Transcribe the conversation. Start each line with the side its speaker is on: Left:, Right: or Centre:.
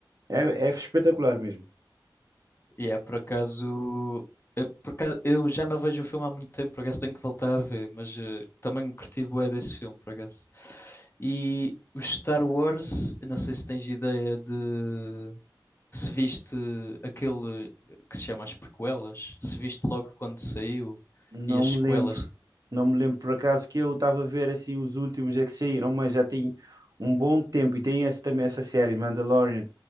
Right: É, é espetacular mesmo.
Left: E é por acaso. é por acaso- Eu já não vejo o filme há muito tempo, por acaso tenho que voltar a ver, mas eh, também curti bué desse filme, por acaso. E o Star Wars, eu não sei se tens ideia de. se viste aquele que se chama as prequelas, se viste logo quando saiu
Right: Não
Left: e as
Right: me
Left: sequelas.
Right: lembro. Não me lembro por acaso que eu estava a ver assim os últimos é que saíram, mas já tem um bom tempo e tem esse, também essa série Mandalorian.